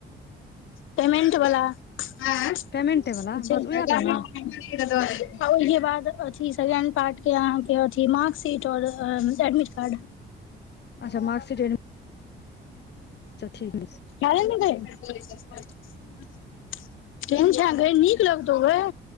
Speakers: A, on the left (about 85°); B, on the left (about 60°).
A: पेमेंट वाला <unintelligible>
B: पेमेंटे वला
A: ओहिके
B: बस उएह टा ने
A: बाद अथि सेकेंड पार्ट के अहाँके अथि म सीटर एडमिट कार्ड
B: अच्छा मार्कशीट ठीक
A: चाल ने तै केन छ गए नीक लगतउ ग